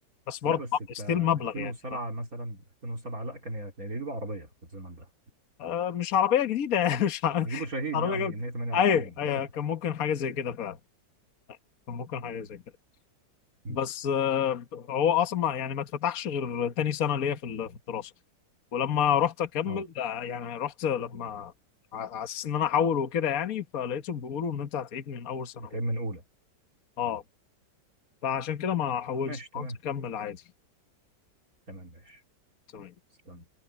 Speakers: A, on the left (about 55°); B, on the right (about 50°).
A: بس برضه
B: لا بس انت
A: ستيل مبلغ
B: 2007
A: يعني
B: مثلا 2007 لا كان كان يجيبوا عربيه في الزمن ده
A: آه، مش عربية جديدة <laughs> مش ع-
B: يجيبوا شاهين
A: عربية
B: يعني
A: جديدة
B: 128
A: ايوه ايوه
B: برضه
A: كان ممكن حاجة زي كده فعلا كان ممكن حاجة زي كده
B: مم.
A: بس آه، هو اصلا ما- يعني ما اتفتحش غير تاني سنة ليا في ال- في الدراسة ولما رحت اكمل
B: اه
A: آه، يعني رحت لما ع- على اساس ان انا احول وكده يعني فلقيتهم بيقولوا ان انت هتعيد من اول سنة
B: هيتعمل
A: اولى
B: من اولى
A: اه
B: اه
A: فعشان كده ما حولتش
B: ماشي تمام
A: قلت اكمل عادي
B: تمام ماشي
A: تمام
B: استنى